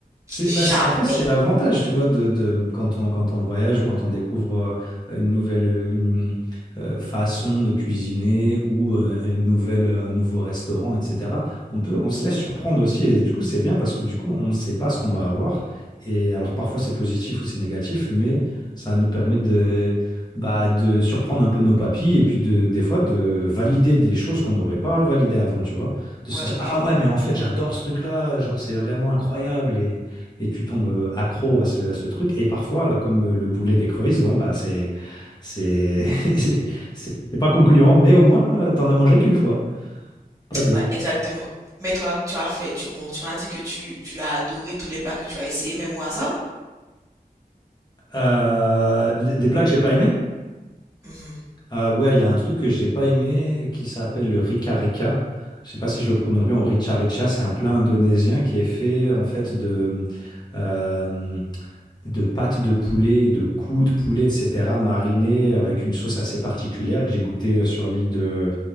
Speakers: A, on the left; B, on the right.
A: C'est,
B: Jamais.
A: bah, c'est- après, c'est l'avantage, tu vois, de, de- quand on, quand on voyage, quand on découvre euh, une nouvelle euh, une, euh, façon de cuisiner ou euh, une nouvelle, un nouveau restaurant, etc. On peut, on se laisse surprendre aussi. Et du coup, c'est bien parce que du coup, on ne sait pas ce qu'on va avoir. Et alors, parfois, c'est positif ou c'est négatif, mais ça nous permet de, bah, de surprendre un peu nos papilles et puis de, des fois de valider des choses qu'on n'aurait pas validées avant, tu vois. De se
B: Ouais,
A: dire,
B: ouais,
A: ah
B: je vois.
A: ouais, mais en fait, j'adore ce truc-là, genre, c'est vraiment incroyable. Et et tu tombes euh, accro à ce, à ce truc. Et parfois, là, comme euh, le boulet d'écrevisse, bon, bah, c'est, c'est, <laughs> c'est c'est- c'est pas concluant, mais au moins, euh, t'en as mangé qu'une fois, pas deux.
B: Ouais, exactement. Mais toi, tu as fait, tu, bon, tu m'as dit que tu, tu as adoré tous les plats que tu as essayés, même au hasard.
A: Euh, les- des plats que j'ai pas aimé?
B: Mhm.
A: Euh, ouais, il y a un truc que j'ai pas aimé qui s'appelle le Rika Rika. Je sais pas si je le prononce bien, ou Richa Richa, c'est un plat indonésien qui est fait en fait de, euh, de pâtes de poulet, de coups de poulet, etc., marinées avec une sauce assez particulière que j'ai goûté euh, sur l'île de,